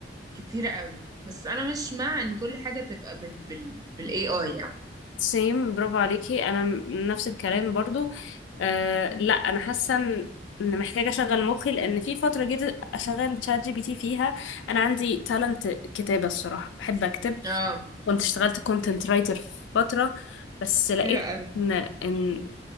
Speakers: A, on the right; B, on the left.
A: كتيره قوي بس انا مش مع ان كل حاجه تبقى بال بال بالاي اي يعني
B: سيم برافو عليكي انا م- نفس الكلام برضو آه لا انا حاسه ان إن محتاجه اشغل مخي لان في فتره جيت اشغل تشات جي بي تي فيها انا عندي تالنت كتابه الصراحه بحب اكتب
A: اه
B: كنت اشتغلت كونتنت رايتر فتره بس لقيت
A: حلو قوي
B: ان ان